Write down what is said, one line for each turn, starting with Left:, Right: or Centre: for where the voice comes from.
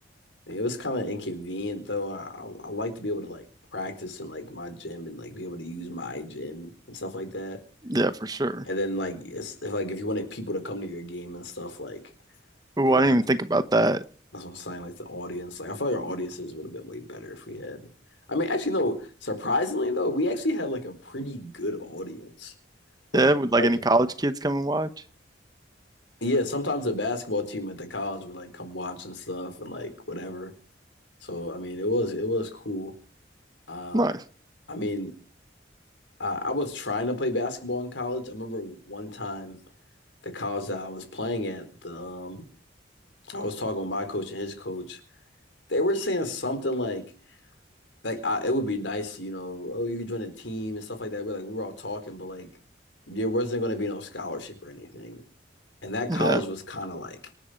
Left: Like, It was kind of inconvenient though. I, I I like to be able to like practice in like my gym and like be able to use my gym and stuff like that.
Right: Yeah, for sure.
Left: And then like it's if like if you wanted people to come to your game and stuff, like
Right: Ooh,
Left: they would
Right: I didn't
Left: have
Right: even
Left: to
Right: think
Left: like
Right: about that.
Left: that's what I'm saying, like the audience. Like I feel like our audiences would have been way better if we had. I mean, actually no, surprisingly though, we actually had like a pretty good audience. Like
Right: Yeah, would
Left: our,
Right: like any college kids come and watch?
Left: yeah, sometimes the basketball team at the college would like come watch and stuff and like whatever. So I mean it was it was cool. Uh
Right: Nice.
Left: I mean Uh, I was trying to play basketball in college. I remember one time the college that I was playing at, the um, I was talking with my coach and his coach. They were saying something like like I, it would be nice, you know, oh you could join a team and stuff like that. We're like we were all talking, but like there wasn't going to be no scholarship or anything. And that
Right: Yeah.
Left: college was kind of like